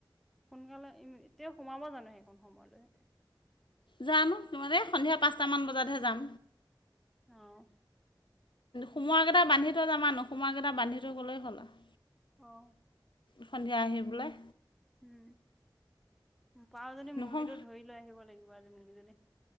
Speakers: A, in the centre; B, on the left.
A: সোনকালে এতিয়া সোমাব জানো সেইকণ সময়লৈহেতে
B: জানো এই সন্ধিয়া পাঁচটা মান বজাতহে যাম।
A: অ',।
B: সোমোৱা কেইটা বান্ধি থৈ যাম, নোসোমোৱা কেইটা বান্ধি থৈ গ'লেই হ'ল আৰু
A: অহ।
B: সন্ধিয়া আহিবলৈ
A: উম, পাৰো যদি
B: নোসোম
A: মুৰ্গীটো ধৰি লৈ আহিব লাগিব আজ মুৰ্গীজনী